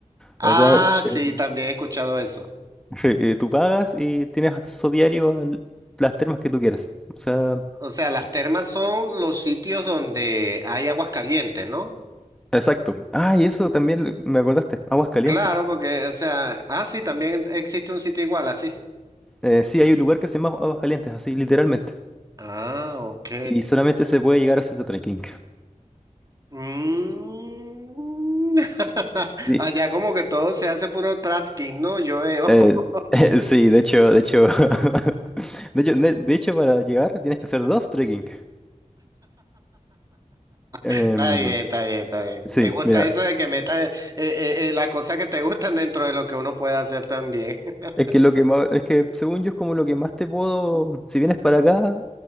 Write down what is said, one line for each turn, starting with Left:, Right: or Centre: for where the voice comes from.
Right: Ah,
Centre: O sea, eh,
Right: sí, también he escuchado eso.
Centre: sí, eh, tú pagas y tienes acceso diario a las termas que tú quieras. O sea,
Right: O sea, las termas son los sitios donde hay aguas calientes, ¿no?
Centre: exacto. Ah, y eso también le- me acordaste. Aguas calientes.
Right: Claro, porque, o sea, ah, sí, también existe un sitio igual, así.
Centre: Eh, sí, hay un lugar que se llama Aguas Calientes, así, literalmente.
Right: Ah, ok.
Centre: Y solamente se puede llegar haciendo trekking.
Right: Mm. <laughs>
Centre: sí
Right: Allá como que todo se hace puro tracking, ¿no? Yo veo.
Centre: Eh,
Right: <laughs>
Centre: <laughs> sí, de hecho, de hecho, <laughs> de hecho, de, de hecho, para llegar tienes que hacer dos trekking. Em,
Right: Está bien, está bien, está bien.
Centre: sí,
Right: Me gusta
Centre: mira,
Right: eso de que metas eh, eh, eh, las cosas que te gustan dentro de lo que uno puede hacer también. <laughs>
Centre: es que lo que más, es que según yo es como lo que más te puedo, si vienes para acá,